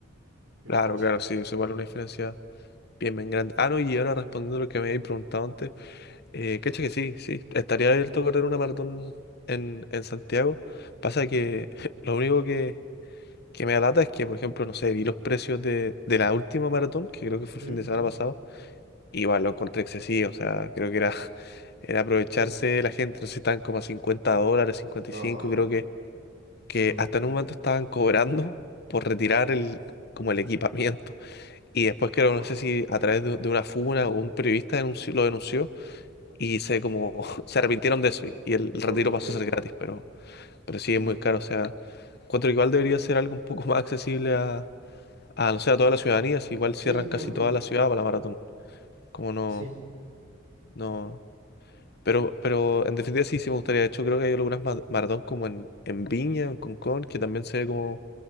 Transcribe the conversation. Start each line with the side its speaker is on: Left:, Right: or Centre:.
Right: mm,
Left: Claro,
Right: Sí.
Left: claro, sí, eso vale una diferencia bien, bien grande. Ah, no, y ahora respondiendo a lo que me habéis preguntado antes, eh, cacha que sí, sí, estaría abierto a correr una maratón en, en Santiago. Pasa que <laughs> lo único que, que me alata es que, por ejemplo, no sé, vi los precios de, de la última maratón, que creo que fue
Right: Mm,
Left: el fin de semana pasado, y igual lo encontré excesivo, o sea, creo que era, <laughs> era aprovecharse
Right: mm,
Left: de la gente, no sé, estaban como a cincuenta
Right: mm.
Left: dólares, cincuenta
Right: No,
Left: y cinco creo que, que
Right: ya.
Left: hasta en un momento estaban cobrando por retirar el, como el equipamiento. Y después creo,
Right: Oh,
Left: no sé si a través de, de una funa o un periodista denunció- lo denunció y se como <laughs> se arrepintieron de eso y, y el retiro
Right: oh, qué terrible.
Left: pasó a ser gratis, pero, pero sí
Right: Mm.
Left: es muy caro. O sea, encuentro que igual debería ser algo un poco más accesible a, a, no sé, a toda la ciudadanía, si igual cierran
Right: Sí,
Left: casi
Right: yo lo mismo.
Left: toda la ciudad para la maratón. Como no,
Right: Sí,
Left: no. Pero, pero en definitiva sí, sí me gustaría. De hecho, creo que hay algunas ma- maratón como en, en Viña, en Concón, que también se ve como,